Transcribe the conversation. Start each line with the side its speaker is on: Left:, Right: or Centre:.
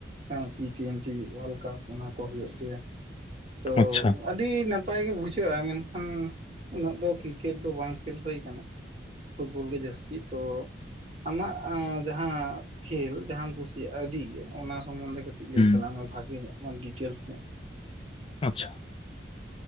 Right: ᱦᱮᱸ ᱴᱤ ᱴᱩᱭᱮᱱᱴᱤ ᱳᱣᱟᱨᱞᱟᱰ ᱠᱟᱯ ᱚᱱᱟ ᱠᱚ ᱦᱩᱭᱩᱜ ᱜᱮᱭᱟ ᱛᱚ
Left: ᱟᱪᱪᱷᱟ
Right: ᱟᱹᱰᱤ ᱱᱟᱯᱟᱭ ᱜᱮ ᱵᱩᱡᱷᱟᱹᱜ-ᱟ ᱢᱮᱱᱠᱷᱟᱱ ᱩᱱᱟᱹᱜ ᱫᱚ ᱠᱨᱤᱠᱮᱴ ᱫᱚ ᱵᱟᱝ ᱠᱷᱮᱞ ᱦᱩᱭ ᱟᱠᱟᱱᱟ ᱯᱷᱩᱴᱵᱚᱞ ᱜᱮ ᱡᱟᱹᱥᱛᱤ ᱛᱚ ᱟᱢᱟᱜ ᱡᱟᱦᱟᱸ ᱠᱷᱮᱞ ᱡᱟᱦᱟᱸᱟᱢ ᱠᱩᱥᱤᱭᱟᱜ-ᱟ ᱟᱹᱰᱤ ᱜᱮ ᱚᱱᱟ ᱥᱚᱢᱚᱱᱫᱷᱮ ᱠᱟᱹᱴᱤᱡ <unintelligible>
Left: ᱦᱩᱸ
Right: ᱢᱮ ᱵᱷᱟᱜᱮ ᱧᱚᱜ ᱢᱟᱱ ᱰᱤᱴᱮᱞᱥ ᱧᱚᱜ
Left: ᱟᱪᱪᱷᱟ